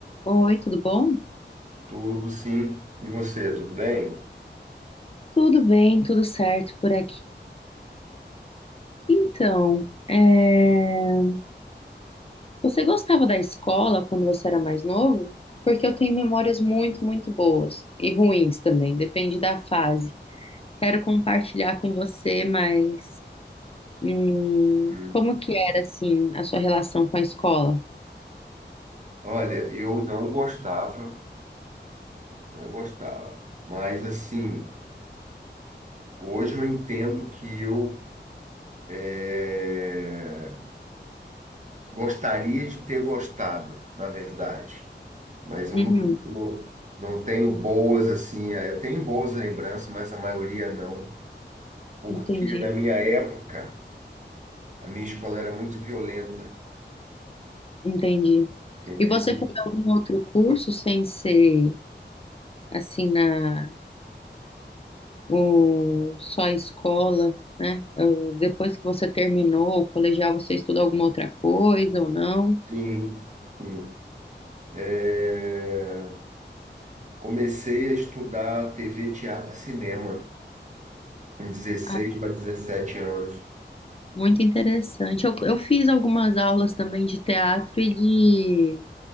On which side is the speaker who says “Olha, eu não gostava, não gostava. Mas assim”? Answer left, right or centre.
Right